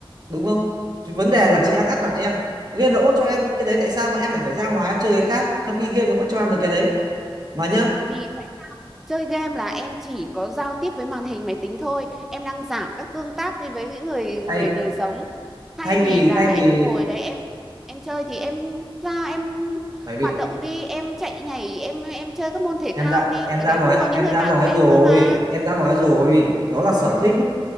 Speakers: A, on the right; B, in the centre.
A: đúng không Thì vấn đề là chị đang áp đặt em game nó cũng cho em những cái đấy tại sao mà em lại phải ra ngoài em chơi cái khác trong khi game nó vẫn cho em được cái đấy mà nhá
B: Bởi vì Chơi game là em chỉ có giao tiếp với màn hình máy tính thôi. Em đang giảm các tương tác đi với những người người
A: thay
B: đời sống. Thay
A: thay
B: vì
A: vì
B: là
A: thay
B: em
A: vì
B: ngồi đấy em em chơi thì em ra em
A: bởi vì
B: hoạt động đi, em chạy nhảy, em em chơi các môn thể
A: em
B: thao
A: đã
B: đi.
A: em
B: Ở
A: đã
B: đấy
A: nói
B: cũng có những
A: em
B: người
A: đã
B: bạn
A: nói
B: của em
A: rồi
B: cơ mà.
A: em đã nói rồi đó là sở thích